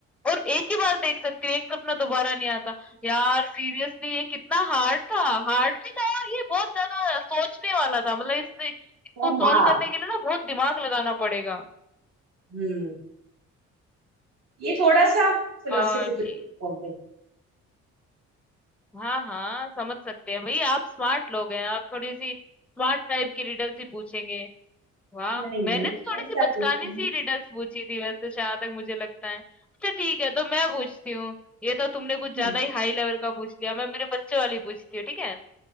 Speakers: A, in the centre; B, on the right.
A: और एक ही बार देख सकती हूँ एक सपना दोबारा नहीं आता यार सीरियसली ये कितना हार्ड था हार्ड भी था और ये बहुत ज्यादा सोचने वाला था मतलब इससे इसको
B: हाँ
A: सॉल्व करने के लिए ना बहुत दिमाग लगाना पड़ेगा
B: हम्म ये थोड़ा सा फिलोसफिकल
A: और ठीक
B: बोल रही हूँ।
A: हाँ हाँ समझ सकते हैं भाई आप स्मार्ट लोग हैं आप थोड़ी सी स्मार्ट टाइप की रिडल्स ही पूछेंगे वाह!
B: नहीं
A: मैंने
B: नहीं
A: तो थोड़ी-सी
B: ऐसा
A: बचकाने
B: कुछ नहीं
A: सी रिडल्स पूछी थी वैसे तो जहाँ तक मुझे लगता है। अच्छा ठीक है, तो मैं पूछती हूँ। ये तो तुमने कुछ ज़्यादा
B: हम्म,
A: ही हाई लेवल का पूछ लिया। मैं मेरे बच्चों वाली पूछती हूँ, ठीक है?